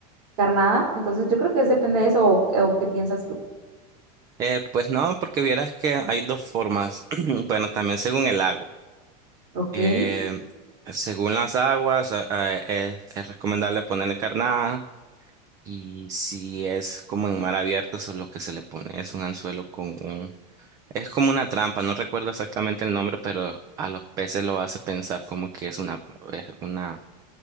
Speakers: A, on the right; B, on the right.
A: carnada, entonces yo creo que es depende de eso o, o qué piensas tú.
B: Eh, pues no, porque vieras que hay dos formas. <clears throat> Bueno, también según el lago.
A: Ok,
B: Eh,
A: ok,
B: según las aguas, eh, eh, es, es recomendable ponerle carnada. Y si es como en mar abierto, eso es lo que se le pone. Es un anzuelo con un Es como una trampa, no recuerdo exactamente el nombre, pero a los peces lo hace pensar como que es una, es una,